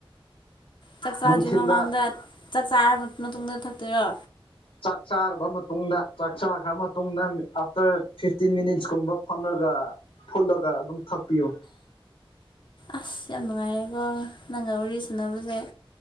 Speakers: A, on the left (about 60°); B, on the left (about 75°).
A: ꯆꯥꯛꯆꯥꯗꯨꯏ
B: ꯅꯨꯡꯊꯤꯟꯗ
A: ꯃꯃꯥꯡꯗ ꯆꯥꯛꯆꯥ ꯍꯥꯏ ꯃꯇꯨꯡꯗ ꯊꯛꯇꯣꯏꯔꯣ
B: ꯆꯥꯛ ꯆꯥꯔꯕ ꯃꯇꯨꯡꯗ ꯆꯥꯛ ꯆꯥꯈ꯭ꯔ ꯃꯇꯨꯡꯗ ꯑꯥꯐꯇꯔ ꯐꯤꯐꯇꯤꯟ ꯃꯤꯅꯤꯠꯁꯀꯨꯝꯕ ꯐꯝꯂꯒ ꯐꯨꯜꯂꯒ ꯑꯗꯨꯝ ꯊꯛꯄꯤꯌꯨ
A: ꯑꯁ ꯌꯥꯝ ꯅꯨꯡꯉꯥꯏꯔꯦꯀꯣ ꯅꯪ ꯉꯧꯔꯤꯁꯦ ꯁꯅꯕꯁꯦ